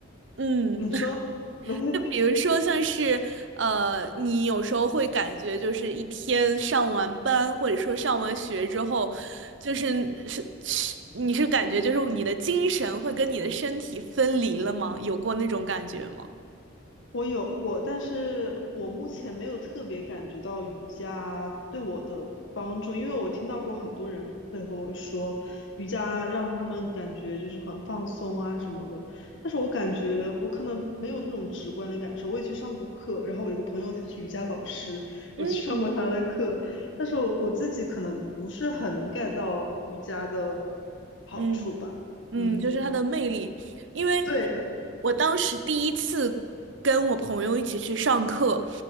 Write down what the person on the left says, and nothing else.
你说。<laughs>
我有过，但是我目前没有特别感觉到瑜伽对我的帮助，因为我听到过很多人会和我说，瑜伽让他们感觉就是很放松啊什么的，但是我感觉我可能没有那种直观的感受。我也去上过课，然后我一个朋友他是瑜伽老师，
我去上过他的课，但是我我自己可能不是很能 get 到瑜伽的好处吧。
嗯，
对，